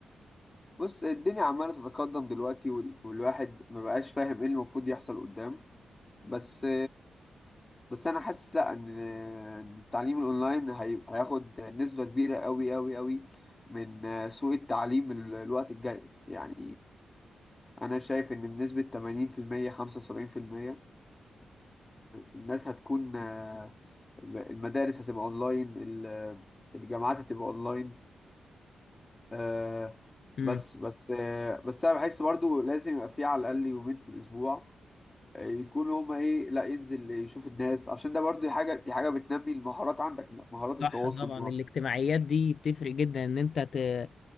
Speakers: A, on the left; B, on the left.
A: بص الدنيا عماله تتقدم دلوقتي وال- والواحد ما بقاش فاهم ايه المفروض يحصل قدام بس بس انا حاسس لا ان إن التعليم الاونلاين هي- هياخد نسبة كبيرة قوي قوي قوي من سوق التعليم ال- الوقت الجاي يعني انا شايف ان بنسبة 80% 75% الناس هتكون آه، المدارس هتبقى اونلاين ال- الجامعات هتبقى اونلاين آه،
B: امم
A: بس بس آه، بس انا بحس برضو لازم يبقى في على الاقل يومين في الاسبوع يكونوا هما ايه لا ينزل يشوف الناس عشان ده برضه حاجه دي حاجه بتنمي المهارات عندك مهارات التواصل
B: صح طبعا
A: مه-
B: الاجتماعيات دي بتفرق جدا إن أنت ت...